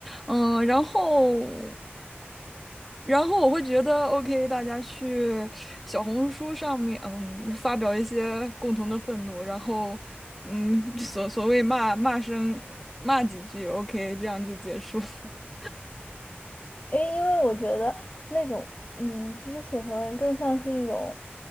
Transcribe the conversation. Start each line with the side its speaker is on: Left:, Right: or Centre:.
Centre: 嗯，然后。然后我会觉得，OK，大家去小红书上面，嗯，发表一些共同的愤怒，然后，嗯，所所谓骂骂声骂几句，OK，这样就结束了。<laughs>
Left: 哎，因为我觉得那种，嗯，其实写同人更像是一种